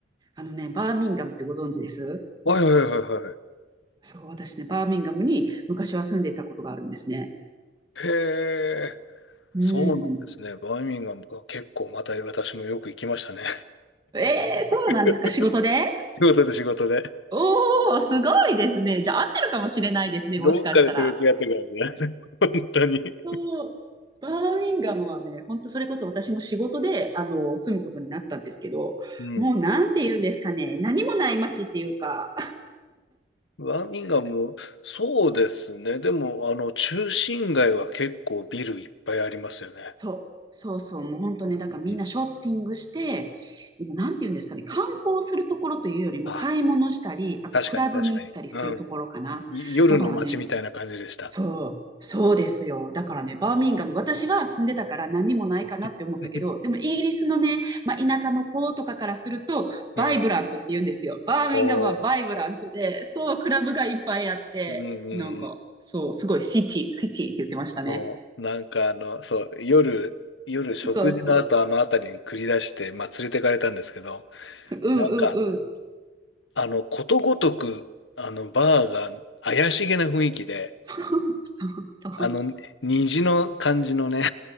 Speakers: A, on the right (about 25°); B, on the left (about 85°).
A: あのね、バーミンガムってご存知です
B: はいはいはいはい。
A: そう、私ね、バーミンガムに昔は住んでいたことがあるんですね。
B: へえ、
A: うん。
B: そうなんですね。バーミンガムが結構また私もよく行きましたね。
A: えー、そうなんですか、
B: <laughs>
A: 仕事で
B: 仕事で仕事で。
A: おー、すごいですね。じゃあ合ってるかもしれないですね、
B: どっかですれ違ってるかもしれない。
A: もしかしたら。
B: <laughs> 本当に。
A: そう、バーミンガムはね、本当それこそ私も仕事で、あの、住むことになったんですけど、
B: うん。
A: もうなんて言うんですかね、何もない街っていうか、
B: バーミンガム、そうですね。でも、あの、中心街は結構ビルいっぱいありますよね。
A: そう、そうそう、もう本当ね、だからみんなショッピングして、
B: うん。
A: でもなんて言うんですかね、観光するところというよりも買い物したり、
B: あ、
A: あとクラブに行ったりするところかな。
B: 確かに確かに。うん。い夜の街みたいな感じでした。
A: だからね、そう、そうですよ。だからね、バーミンガム、私は住んでたから何もないかなって思ったけど、
B: <laughs>
A: でもイギリスのね、まあ、田舎の子とかからすると、バイブラントって言うんですよ。
B: うん。
A: バーミンガムはバイブラントで、
B: おー
A: そう、クラブがいっぱいあって、
B: うんうんうん。
A: なんか、そう、すごいシティ、シティって言ってましたね。
B: そう。なんかあの、そう、夜、夜食事の後あの辺りに繰り出して、
A: そうそう。
B: まあ連れてかれたんですけど、
A: うんうんうん。
B: なんか、あの、ことごとく、あの、バーが怪しげな雰囲気で、
A: <laughs> そうそう。
B: あの、虹の感じのね、